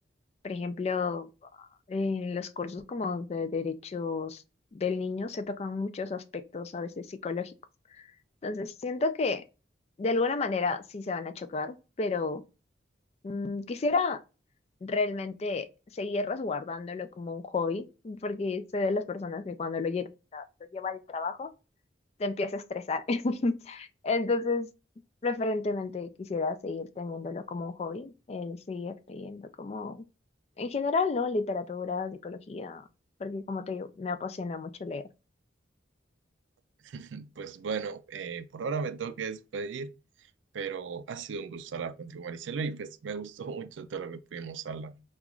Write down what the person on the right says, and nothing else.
<laughs> Pues bueno, eh, por ahora me tengo que despedir. pero ha sido un gusto hablar contigo, Maricela, y pues me gustó mucho todo lo que pudimos hablar.